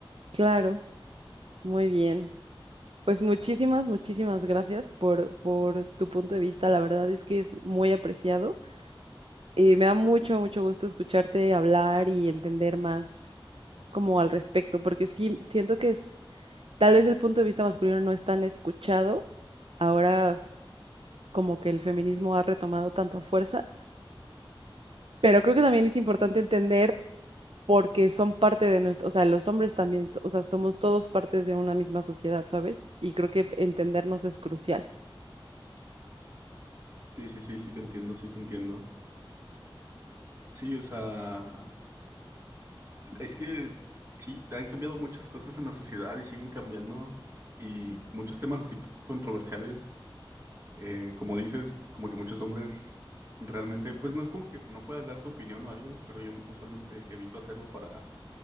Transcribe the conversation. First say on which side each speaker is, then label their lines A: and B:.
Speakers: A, on the right (about 75°); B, on the right (about 30°).
A: Claro, muy bien. Pues muchísimas, muchísimas gracias por, por tu punto de vista. La verdad es que es muy apreciado. Eh, me da mucho, mucho gusto escucharte hablar y entender más como al respecto, porque sí siento que es tal vez el punto de vista masculino no es tan escuchado, ahora como que el feminismo ha retomado tanta fuerza, pero creo que también es importante entender porque son parte de nuestro, o sea, los hombres también, o sea, somos todos partes de una misma sociedad, ¿sabes? Y creo que entendernos es crucial.
B: Sí, sí, sí, sí, te entiendo, sí, te entiendo. Sí, o sea, es que sí, han cambiado muchas cosas en la sociedad y siguen cambiando y muchos temas así controversiales, eh, como dices, como que muchos hombres realmente, pues no es como que no puedas dar tu opinión o algo, pero yo usualmente evito hacerlo para,